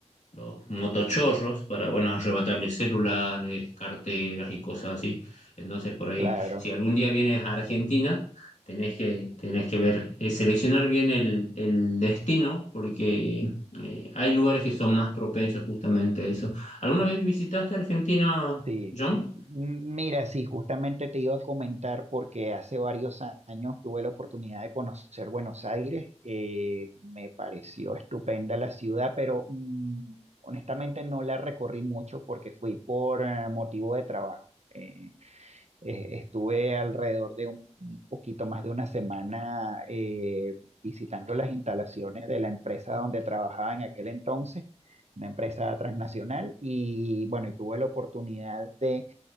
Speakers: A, on the left; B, on the right.
A: los motochorros para, bueno, arrebatarles celulares, carteras y cosas así. Entonces, por ahí,
B: claro,
A: si algún día vienes a Argentina, tenés que, tenés que ver, eh, seleccionar bien el, el destino, porque eh, hay lugares que son más propensos justamente a eso. ¿Alguna vez visitaste Argentina,
B: sí.
A: John?
B: Mira, sí, justamente te iba a comentar porque hace varios años tuve la oportunidad de conocer Buenos Aires. eh, me pareció estupenda la ciudad, pero mm, honestamente no la recorrí mucho porque fui por eh, motivo de trabajo. Eh, Eh, estuve alrededor de un, un poquito más de una semana eh, visitando las instalaciones de la empresa donde trabajaba en aquel entonces, una empresa transnacional, y bueno, y tuve la oportunidad de,